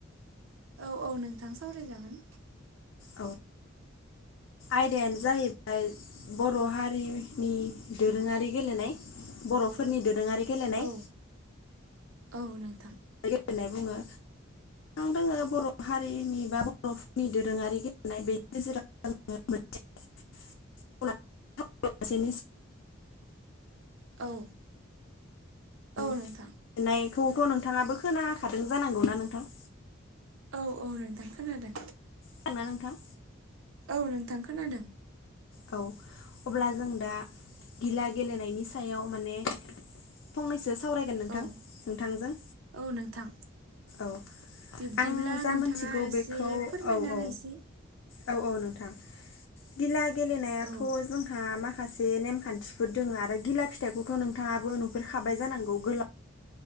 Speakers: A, on the right; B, on the left.
A: औ औ नोंथां सावराय जागोन।
B: औ आयदायानो जाहैबाय बर' हारिनि दोरोङारि गेलेनाय। बर'फोरनि दोरोङारि गेलेनाय।
A: औ औ नोंथां।
B: होननाय बुङो। दङो बर' हारिनि बा बर'फोरनि दोरोङारि गेलेनाय बेनि गेजेराव
A: <inaudible>
B: <inaudible>
A: औ।
B: लिरनायखौथ'
A: औ नोंथां
B: नोंथाङाबो खोनाखादों जानांगौना नोंथां।
A: औ औ नोंथां खोनादों।
B: खोनादोंना नोंथां।
A: औ नोंथां खोनादों।
B: औ अब्ला जों दा गिला गेलेनायनि सायाव माने फंनैसो सावरायगोन नोंथां
A: औ
B: नोंथांजों
A: औ नोंथां
B: औ
A: बिब्दिब्ला
B: आं जा
A: नोंथाङा
B: मोनथिगौ
A: एसे
B: बेखौ
A: फोरमायना
B: औ
A: होनाय
B: औ
A: एसे
B: औ औ नोंथां गिला गेलेनायाथ
A: औ
B: जोंहा मा खासे नेमखान्थिफोर दोङो आरो गिला फिथाइखौथ नोंथाङाबो नुफेरखाबाय जानांगौ गोला